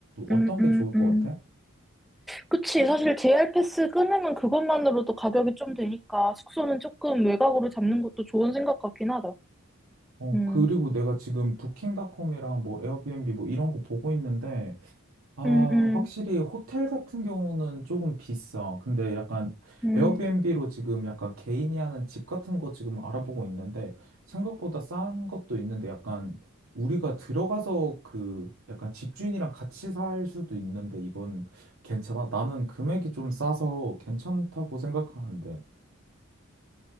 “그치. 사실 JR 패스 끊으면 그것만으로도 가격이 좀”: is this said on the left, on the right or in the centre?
Centre